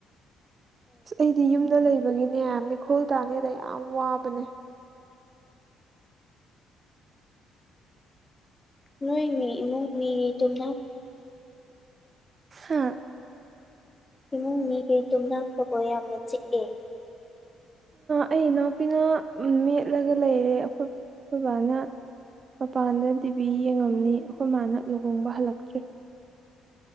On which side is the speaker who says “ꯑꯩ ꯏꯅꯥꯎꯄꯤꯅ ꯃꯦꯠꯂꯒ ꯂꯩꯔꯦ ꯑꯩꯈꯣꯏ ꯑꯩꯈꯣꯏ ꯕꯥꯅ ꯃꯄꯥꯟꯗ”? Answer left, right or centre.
Right